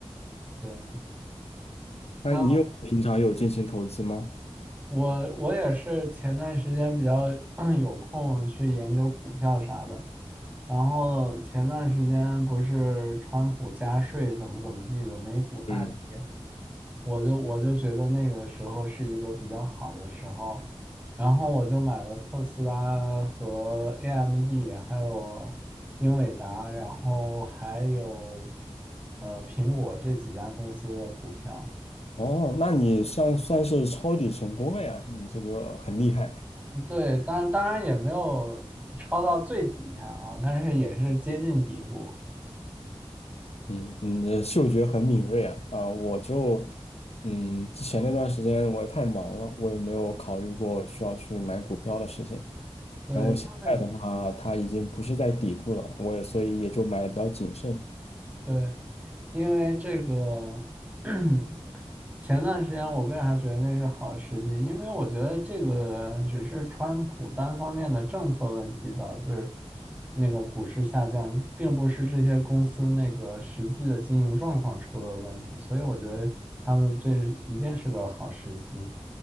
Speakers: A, on the right (about 15°); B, on the left (about 70°).
A: 对，
B: 那你有平常有进行投资吗？
A: 那我我也是前段时间比较 <clears throat> 有空去研究股票啥的，然后前段时间不是川普加税怎么怎么地的，美股大跌，
B: 嗯。
A: 我就我就觉得那个时候是一个比较好的时候，然后我就买了特斯拉和 AMD，还有英伟达，然后还有呃苹果这几家公司的股票。
B: 哦，那你算算是抄底成功了呀，你这个很厉害，
A: 嗯对，当然当然也没有抄到最底下啊，但是也是接近底部。
B: 嗯，你的嗅觉很敏锐啊，啊，我就，嗯，之前那段时间我太忙了，我也没有考虑过需要去买股票的事情，
A: 对，
B: 然后现在的话，
A: 因为。
B: 它已经不是在底部了，我也所以也就买的比较谨慎，
A: 对，因为这个 <clears throat> 前段时间我为啥觉得那是好时机？因为我觉得这个只是川普单方面的政策问题导致那个股市下降，并不是这些公司那个实际的经营状况出了问题，所以我觉得他们这一定是个好时机。